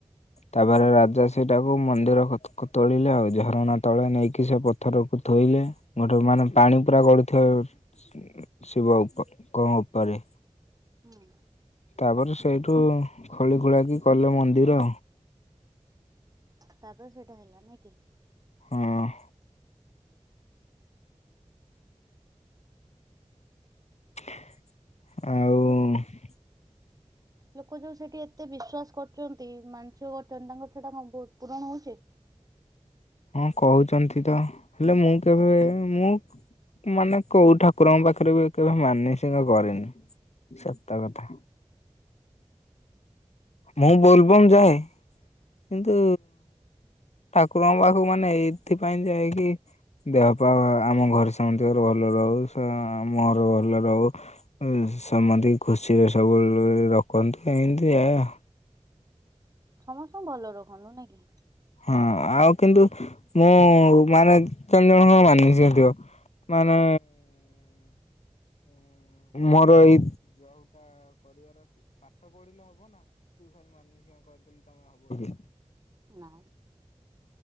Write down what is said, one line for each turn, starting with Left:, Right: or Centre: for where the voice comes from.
Left: ତାପରେ ରାଜା ସେଇଟାକୁ ମନ୍ଦିର କୋତ ତୋଳିଲେ ଆଉ ଝରଣା ତଳେ ନେଇକି ସେ ପଥରକୁ ଥୋଇ ଲେ ଗୋଟେ ମାନେ ପାଣି ପୁରା ଗଡୁଥିବ ଶିବ କ ଉପରେ।
Right: ହୁଁ
Left: ତାପରେ ସେଇଠୁ ଖୋଳି ଖୁଳା କିି କଲେ ମନ୍ଦିର।
Right: ତାପରେ ସେଇଟା ହେଲା ନାଇଁ କି?
Left: ହଁ। ଆଉ।
Right: ଲୋକ ଲୋକ ଯୋଉ ସେଠି ଏତେ ବିଶ୍ଵାସ କରୁଚନ୍ତି ମାନ -- ଯେ। ଉ କରୁଛନ୍ତି ତାଙ୍କର ସେଟା କଣ ପୂରଣ ହଉଛି?
Left: ହଁ କହୁଛନ୍ତି ତ ହେଲେ ମୁଁ କେବେ ମୁଁ ମାନେ କୋଉ ଠାକୁରଙ୍କ ପାଖରେ ବି କେବେ ମାନସିକ କରିନି। ସତ କଥା। ମୁଁ ବୋଲବମ୍ ଯାଏ କିନ୍ତୁ ଠାକୁରଙ୍କ ପାଖକୁ ମାନେ ଏଇଥିପାଇଁ ଯାଏକି ଦେହପା ଆମ ଘରେ ସମନ୍ତିଙ୍କର ଭଲ ରହୁ ମୋହର ଭଲ ରହୁ। ସମନ୍ତିକି ଖୁସିରେ ସବୁବେଳେ ରଖନ୍ତୁ ଏମିତି ଏଇଆ।
Right: ସମସ୍ତଙ୍କୁ ଭଲରେ ରଖନ୍ତୁ ନାଇଁ କି।
Left: ହଁ ଆଉ କିନ୍ତୁ ମୁଁ ମାନେ ତିନି ଜଣ କର ମାନସିକ ଥିବ। ମା। ମୋର ଏଇ <inaudible>
Right: ନା।